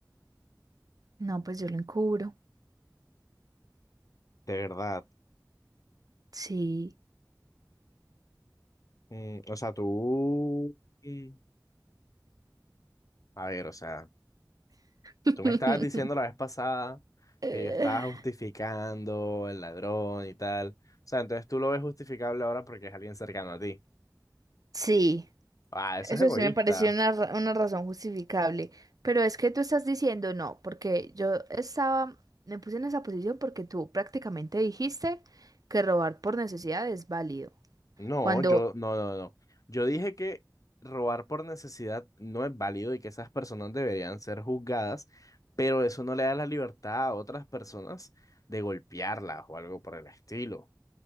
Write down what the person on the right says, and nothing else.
No, pues yo lo encubro.
Sí.
<laughs>
Eh,
Sí,
eso
sí me pareció una, ra- una razón justificable. Pero es que tú estás diciendo no, porque yo estaba, me puse en esa posición porque tú prácticamente dijiste que robar por necesidad es válido.
Cuando,